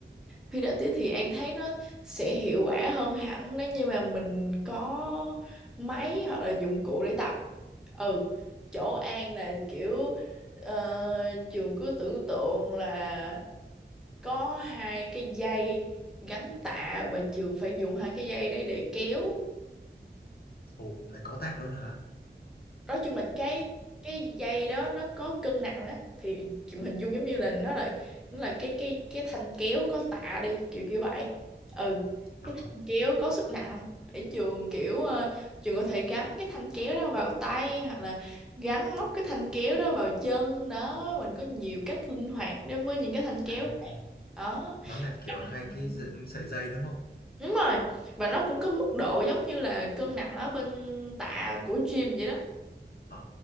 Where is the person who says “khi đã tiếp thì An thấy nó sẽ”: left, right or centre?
Centre